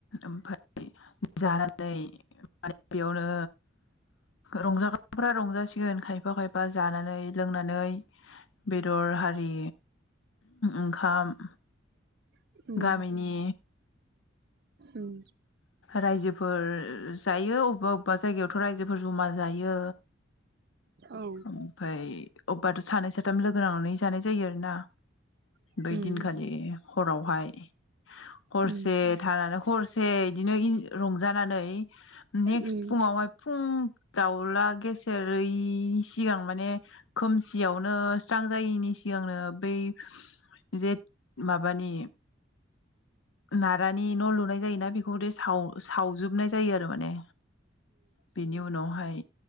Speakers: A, on the left (about 75°); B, on the right (about 55°).
A: ओफाय जा जानानै बेयावनो रंजाग्राफ्रा रंजासिगोन खायफा खायफा बा जानानै लोंनानै बेदर आरि ओंखाम
B: उम उम
A: गामिनि
B: उम
A: रायजोफोर जायो अबेबा अबेबा जायगायाव रायजोफोर जमा जायो।
B: औ
A: ओमफफ्राय अबबाथ' सानै साथाम लोगो नांनानै जानाय जायो आरोना
B: उम
A: बै दिनखालि। हरावहाय। हरसे
B: उम
A: थानानो हरसे। ए बिदिनो रंजानानै। नेक्स्ट
B: उम
A: फुङावहाय फुं दाउला गेसेेर इनि सिगां माने खोमसियावनो स्रां जायैनि सिगांनो बै जे माबानि नारानि न' लुनाय जायोना। बेखौदिे साव सावजोबनाय जायो आरो माने बेनि उनावहाय